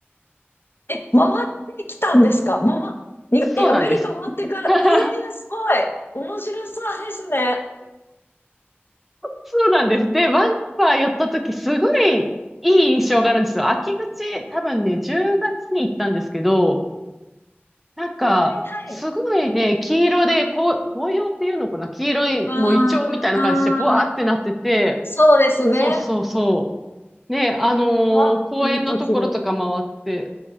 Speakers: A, on the left; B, in the centre.
A: え、回ってきたんですか回っ、に、
B: そうなんです。
A: え、アメリカ回ってから、
B: <laughs>
A: えー、すごい。面白そうですね。
B: そうなんです。で、ワンパー寄った時、すごいいい印象があるんですよ。
A: うん
B: 秋口、多分ね、10月に行ったんですけど、なんか、
A: はいはい。
B: すごいね、黄色で、こう、紅葉っていうのかな黄色い、
A: あー、
B: もうイチョウみたいな感じで、
A: うん。
B: ブワーってなってて、
A: そうですね。
B: そうそうそう。ね、あの
A: わ、
B: ー公園のところとか回って、
A: いい時に。